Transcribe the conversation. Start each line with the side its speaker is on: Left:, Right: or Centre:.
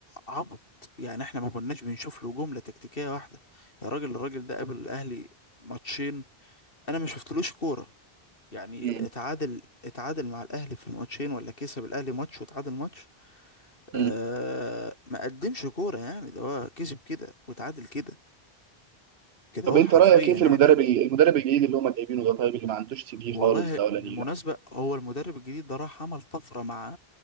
Left: عبط يعني احنا ما كناش بنشوف له جملة تكتيكية واحدة يا راجل الراجل ده قابل الاهلي ماتشين انا ما شفتلوش كورة يعني
Right: امم
Left: اتعادل اتعادل مع الاهلي في الماتشين ولا كسب الاهلي ماتش وتعادل ماتش آه
Right: امم
Left: ما قدمش كورة يعني ده هو كسب كده وتعادل كده كده
Right: طب
Left: هو
Right: انت
Left: حرفيا
Right: رايك ايه
Left: يعني
Right: في المدرب ال- المدرب الجديد اللي هم جايبينه ده طيب اللي ما عندوش سي في
Left: والله
Right: خالص ده ولا
Left: بالمناسبة
Right: نيله
Left: هو المدرب الجديد ده راح عمل طفرة مع